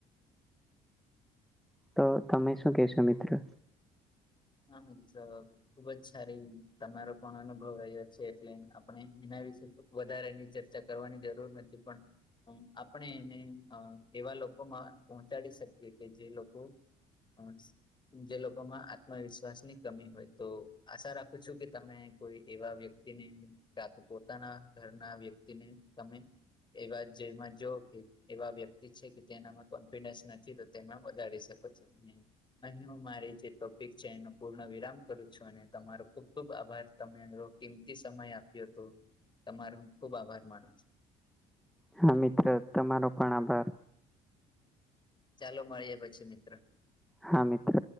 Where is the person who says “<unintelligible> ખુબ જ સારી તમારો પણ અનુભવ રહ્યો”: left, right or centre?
Left